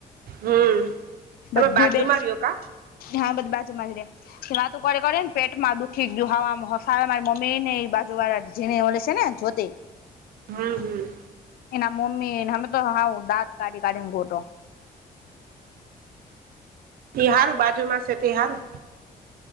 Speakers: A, on the right; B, on the left.
A: હમ. તમે
B: બધું
A: બાજુમાં
B: બે
A: રહ્યો કા
B: હા બધી બાજુ મારી દે. કે વાતું કર કરેને પેટમાં દુખી ગીયુ હવામાં સાર મમ નને બાજુવારા. જને હ છે ને જોતે.
A: હમ હમ.
B: એના મમ્મીને હમે તો હાવ દાંત કાઢી - કીઢી ને ગોટો.
A: હારું બાજુમાં સતે હારું.